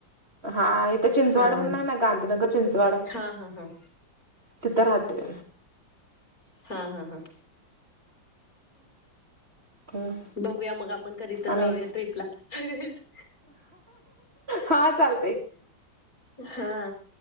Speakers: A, on the right; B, on the left.
A: हा इथे चिंचवड
B: हा
A: म्हणून
B: हा
A: आहे ना, गांधीनगर चिंचवड
B: हा हां हां.
A: तिथं राहते.
B: हा हा हा.
A: हम्म
B: बघूया मग आपण कधी तर
A: आणि
B: जाऊया ट्रिपला, सगळेच
A: हां चाल
B: हा